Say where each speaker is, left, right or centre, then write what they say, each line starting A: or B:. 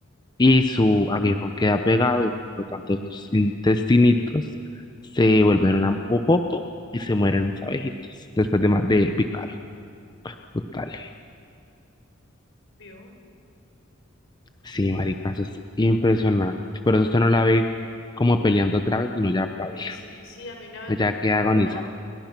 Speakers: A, on the left; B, on the left.
A: Y su aguijón queda pegado, y por lo tanto sus intestinitos se vuelven un popopo y se mueren las abejitas después de, ma- de picar. Total.
B: ¿Vio?
A: Sí, marica, eso es impresionante. Por eso usted no la ve como peleando otra vez, sino ya baila,
B: Sí, sí, sí, a mí una vez
A: ya
B: me picó
A: queda agonizando.
B: una